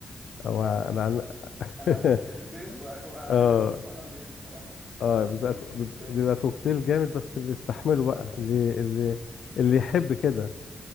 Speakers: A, on the left (about 85°); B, in the centre.
A: او
B: لا
A: انا عن...
B: انا عن نفسي
A: <laughs>
B: اشيل البيض واخليه
A: اه
B: كله ما عدا البيض الصراحه لا
A: اه
B: مستحيل
A: بيبقى كو-
B: بالنسبه
A: بيبقى
B: لي
A: بيبقى كوكتيل جامد بس اللي يستحمله بقى اللي اللي اللي يحب كده